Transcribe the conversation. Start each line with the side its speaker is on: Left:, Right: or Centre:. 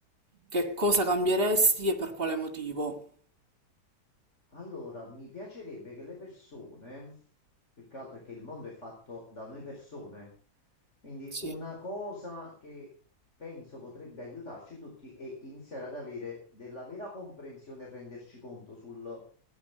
Right: che cosa cambieresti e per quale motivo?
Left: Allora, mi piacerebbe che le persone, più che altro perché il mondo è fatto da noi persone, quindi
Right: Sì,
Left: una cosa che penso potrebbe aiutarci tutti è iniziare ad avere della vera comprensione e renderci conto sul